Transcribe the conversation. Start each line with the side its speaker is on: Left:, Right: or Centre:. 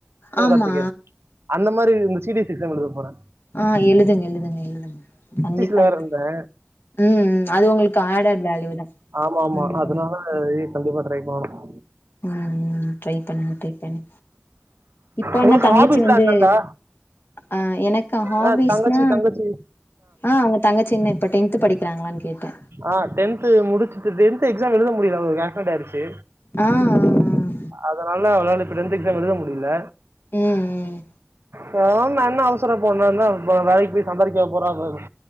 Right: சிவகார்த்திகேயன்
Left: ஆமா
Right: அந்த மாரி இந்த சி டி சி எக்ஸாம் எழுத போறே
Left: ஆ எழுதுங்க எழுதுங்க எழுதுங்க கண்டிப்பா
Right: பேறந்தே
Left: எழுதுங்க ம் ம் அது உங்களுக்கு ஆடட் வேல்யூ தா
Right: ஆமா ஆமா
Left: ம்
Right: அதனால
Left: ம்
Right: இது கண்டிப்பா ட்ரை பண்ணனு
Left: ம் ம் ட்ரை பண்ணுங்க ட்ரை பண்ணு இப்ப
Right: உங்களுக்கு
Left: என்ன தங்கச்சி
Right: ஹாபிஸ்ல
Left: வந்து
Right: என்னக்கா
Left: ஆ எனக்கு ஹாபிஸ்னா
Right: ஆ, தங்கச்சி தங்கச்சி
Left: ஆ அவ தங்கச்சின்னு இப்ப டென்து படிக்கிறாங்களான்னு கேட்டே
Right: ஆ டென்து முடிச்சுட்டு டென்து எக்ஸாம் எழுத முடியல அவுகளுக்கு ஆக்சிடென்ட் ஆயிடுச்சு
Left: ஆ ஆ ம்
Right: அதனால அவளால இப்ப டென்த் எக்ஸாம் எழுத முடியல
Left: ம் ம்
Right: போனா என்ன அவசரோ இப்போ போனா என்ன வேலைக்கு போய் சம்பாரிக்கவா போறா இப்ப ப